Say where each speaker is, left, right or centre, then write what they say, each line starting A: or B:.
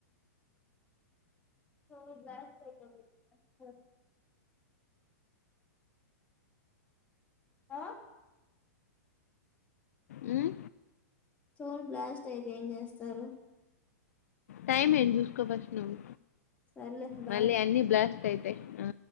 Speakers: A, on the left; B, on the left.
A: ఓ గ్లాస్ ఎ <unintelligible> ఆ
B: హ్మ్.
A: సోల్ బ్లాస్ట్ అయితే ఏమ్ చేస్తారు
B: టైమ్ అయింది చూసుకో ఫస్ట్ నువ్వు
A: సర్లే బాయ్
B: మళ్ళీ అన్ని బ్లాస్ట్ స్ట్ అయితే ఆ